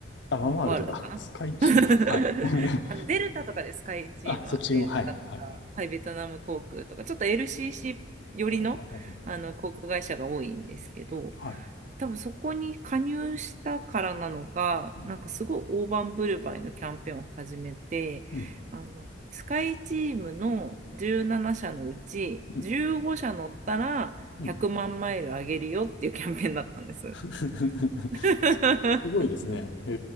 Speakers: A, on the left; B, on the right.
A: あ、ワンワールドか。
B: ワンワールドかな。
A: <laughs> スカイチーム。
B: <laughs>
A: はい。<laughs>
B: あの、デルタとかです、スカイチームは。
A: あ、そっちも、
B: デルタとか、
A: はい。はい。はい。
B: はい、ベトナム航空とか、ちょっと LCC 寄りの、
A: ほうほうほうほう
B: あの航空会社が多いんですけど、
A: はい。
B: 多分そこに加入したからなのか、
A: うん
B: なんかすごい大盤振る舞いのキャンペーンを始めて、
A: うん
B: あの、スカイチームの17社のうち15社乗ったら100万マイルあげるよっていうキャンペーンだったんです。
A: うん。うん <laughs>。
B: <laughs>
A: すごいですね。へ